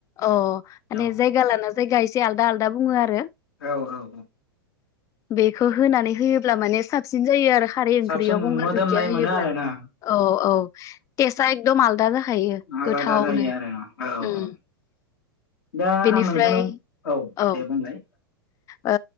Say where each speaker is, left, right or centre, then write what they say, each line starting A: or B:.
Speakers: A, on the left; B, on the left.
A: अ माने
B: औ
A: जायगा लाना जायगा एसे आलदा आलदा बुङो आरो
B: औ औ औ
A: बेखौ होनानै होयोब्ल साबसिन जायो आरो खारै ओंख्रियाव
B: साबसिन
A: गंगार
B: मोदोमनाय
A: दुन्दिया होयोब्ला
B: मोनो आरोना
A: औ औ टेस्टआ एकदम आलदा जाखायो
B: आलादा
A: गोथावनो
B: जायो आरो औ
A: ओम
B: औ दा
A: बेनिफ्राय
B: आं नोंथांनाव
A: औ
B: दे बुंलाय
A: ओ